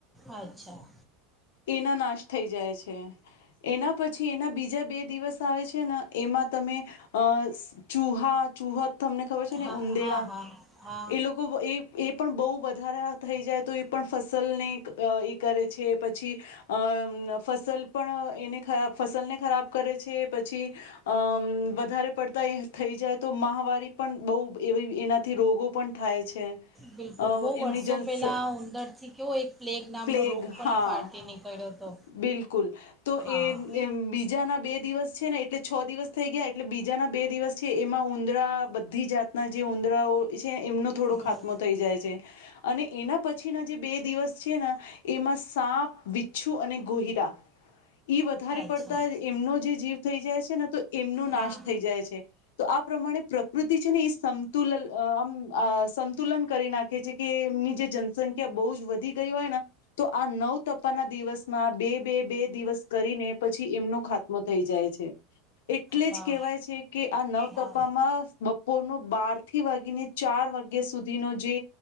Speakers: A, in the centre; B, on the left (about 80°).
A: આચ્છા.
B: એના નાશ થઈ જાય છે, એના પછી એના બીજા બે દિવસ આવે છે ના એમાં તમે અહ સ ચૂહા, ચુહા તમને ખબર છે ને
A: હા
B: ઉંદેરા
A: હા હા હા
B: એ લોકો વ એ એ પણ બહુ વધારા થઈ જાય તો એ પણ ફસલ ને એક અહ એક કરે છે. પછી અમ્મ ફસલ પણ એને ખરા ફસલ ને ખરાબ કરે છે, પછી અમ્મ વધારે પડતા એ થઈ જાય તો માહ રી પણ બહું એવી એનાથી રોગો થાય છે,
A: બિલકુલ
B: અહ
A: બહુ
B: એમની
A: વર્ષો
B: જનસ,
A: પહેલાં ઉંદરથી કેવો એક પ્લેગ નામનો
B: પલેગ
A: રોગ પણ
B: હા
A: ફાટી નીકળ્યો હતો
B: બિલકુલ, તો એ
A: હા
B: જેમ બીજાના બે દિવસ છે ને એટલે છ દિવસ થઈ ગયા એટલે બીજાના બે દિવસ છે એમાં ઊંદરા બધી જાતના જે ઉંદરાઓ છે એમનો થોડો
A: હમ
B: ખાતમો થઈ જાય છે, અને એના પછી ના જે બે દિવસ છે ના એમાં સાપ, વિચ્છુ અને ગોહિરા ઈ વધારે
A: અચ્છા
B: પડતા જ એમનો જે જીવ થઈ જાય છે ને તો એમનો
A: હા
B: નાશ થઈ જાય છે, તો આ પ્રમાણે પ્રકૃતિ છે ને સમતુલન અહ આમ અહ સંતુલન કરી નાખે છે કે એમની જે જનસંખ્યા બહુ જ વધી ગઈ હોય ના, તો આ નવ તપાના દિવસમાં બે-બે-બે દિવસ કરીને પછી એમનો ખાત્મો થઈ જાય છે, એટલે
A: વાહ
B: જ કહેવાય છે કે આ નવ તપામાં
A: હા
B: બ કોનો બાર થી વાગીને ચાર વાગ્યા સુધીનો જે